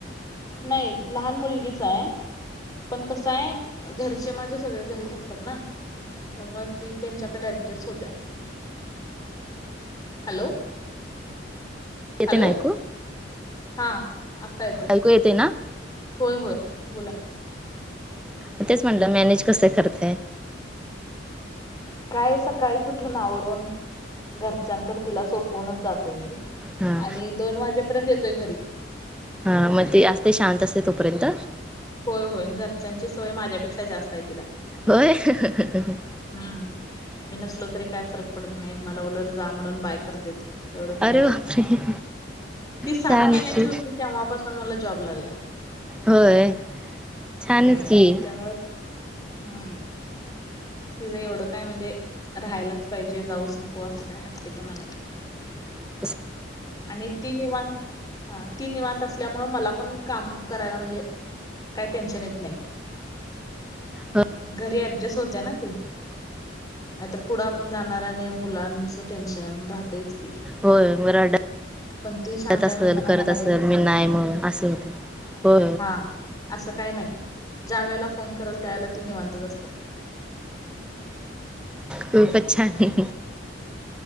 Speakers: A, on the left (about 20°); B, in the centre.
A: नाही लहान मुलगीच आहे. पण कसं आहे घरचे माझे सगळे घरीच असतात ना. त्यामुळे ती त्यांच्याकडे ऍडजस्ट होत्या हॅलो.
B: येते
A: हॅलो
B: ना ऐकू.
A: हा आता येतय.
B: ऐकू येते ना.
A: होय होय बोला.
B: म तेच म्हटलं मॅनेज कसं करतय.
A: काय सकाळी उठून आवरून. घरच्यांकडे तिला सोपवूनच जातोय मी
B: हां
A: आणि दोन वाजेपर्यंत येतोय घरी.
B: हा मग ते असते शांत असते तोपर्यंत.
A: होय होय घरच्यांची सोय माझ्यापेक्षा जास्त आहे तिला.
B: होय ह ह ह ह ह.
A: हम्म मी नसलो तरी काय फरक पडत नाही मला उलट जा म्हणून बाय करते ती. एवढं काय
B: अरे
A: नाही
B: बापरे.
A: ती सात
B: छानच
A: महिन्याची
B: की
A: होती तेव्हापासून मला जॉब लागलाय.
B: होय. छानच
A: हम्म
B: की
A: त्यामुळे हम्म. तिज एवढं काय म्हणजे राहायलाच पाहिजे जाऊच नको असं काय हट्टेपणा नाही.
B: ह <inaudible>
A: आणि ती निवांत. हा ती निवांत असल्यामु मला पण काम करायला म्हणजे. काय टेन्शन येत नाही
B: हो
A: घरी अऍडजस्ट होत्या ना ती. नाहीतर पुढं आपण जाणार आणि मुलांच टेन्शन राहतेच. की
B: होय रड
A: पण ती शांत
B: त असल
A: आहे म्हणताना
B: करत
A: मला
B: असेल
A: एवढं काय
B: मी
A: वाटत
B: नाही म्हणून असे होते हो.
A: हा असं काही नाही ज्या वेळेला फोन करल त्यावेेळेला ती निवांतच असत.
B: खूप छान.